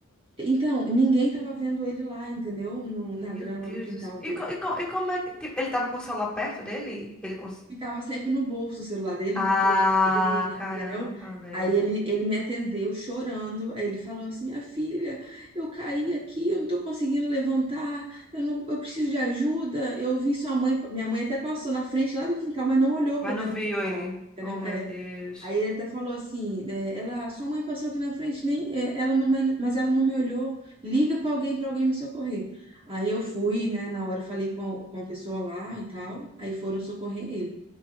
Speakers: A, on the right (about 25°); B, in the centre.
A: então, ninguém tava vendo ele lá, entendeu? No- na
B: Meu
A: grama,
B: Deus
A: no quintal
B: do céu. E,
A: dele.
B: co- e, co- e como é que. Tipo, ele tava com o celular perto dele? Ele cons...
A: Ficava sempre no bolso o celular dele,
B: Ah,
A: porque ele,
B: caramba,
A: entendeu?
B: velho.
A: Aí ele, ele me atendeu chorando. Aí ele falou assim: Minha filha, eu caí aqui, eu não tô conseguindo levantar, eu não, eu preciso de ajuda. Eu vi sua mãe, minha mãe até passou na frente lá do quintal, mas não olhou
B: Mas
A: pra dentro
B: não viu
A: do quintal,
B: ele.
A: entendeu?
B: Oh, meu
A: É,
B: Deus.
A: Aí ele até falou assim, é, ela, sua mãe passou aqui na frente, nem, é, ela não, me- mas ela não me olhou. Liga para alguém, para alguém me socorrer. Aí eu fui, né, na hora falei com, a- com uma pessoa lá e tal. Aí foram socorrer ele.